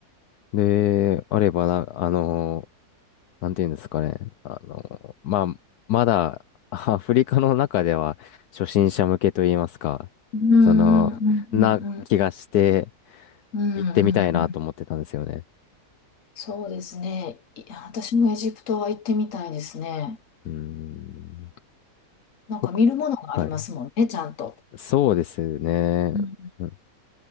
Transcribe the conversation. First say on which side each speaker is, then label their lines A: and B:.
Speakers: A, on the left; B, on the left.
A: で、あればな、あのー、なんていうんですかね、あのー、まあ、まだ <laughs> アフリカの中では初心者向けといいますか、
B: うん、
A: その、
B: うん、う
A: な気がして
B: ん、うん、うん、
A: 行ってみたいなと思ってたんですよね。
B: うん。うんそうですね。いや、私もエジプトは行ってみたいですね。
A: うーん。
B: なんか見るものがありますもんね、
A: 僕はい。
B: ちゃんと。
A: そうですね。
B: うん、
A: うん